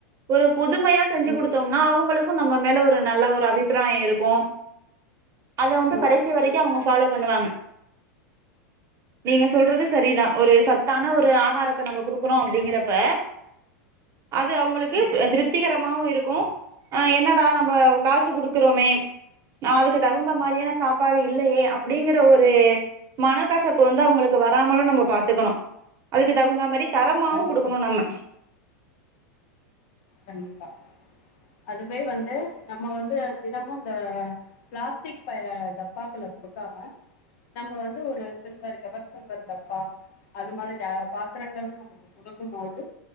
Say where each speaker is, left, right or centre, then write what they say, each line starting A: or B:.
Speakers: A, on the right; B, on the left.
A: ஒரு புதுமையா செஞ்சு
B: ம்,
A: குடுத்தோம்னா அவங்களுக்கும் நம்ம மேல ஒரு நல்ல ஒரு அபிப்ராயம் இருக்கும் அத வந்து
B: ம்,
A: கடைசி வரைக்கும் அவங்க ஃபாலோ பண்ணுவாங்க நீங்க சொல்றது சரிதா ஒரு சத்தான ஒரு ஆகாரத்த நம்ம குடுக்குறோம் அப்டிங்கிறப்ப அது அவங்களுக்கு
B: ம்.
A: திரு திருப்திகரமாவு இருக்கும் என்னடா நம்ம காசு குடுக்குறோமே நா அது க்கு தகுந்த மாரிய சாப்பாடு இல்லையே அப்படிங்கிற ஒரூ மனக்கசப்பு வந்து அவங்களுக்கு வராமலும் நம்ம பாத்துக்கணும் அதுக்கு தகுந்த மரி தரமாவும்
B: கண்டிப்பாக
A: குடுக்குணும் நம்ம
B: கண்டிப்பா அதுவே வந்து நம்ம வந்து தினமும் ந்த ப்ளாஸ்டிக் ப டப்பாக்கள குடுக்காம நம்ம வந்து ஒரு சில்வர் எவர் சில்வர் டப்பா அது மாதிரி பாத்திரங்கள்ல் கொடுக்கும் போது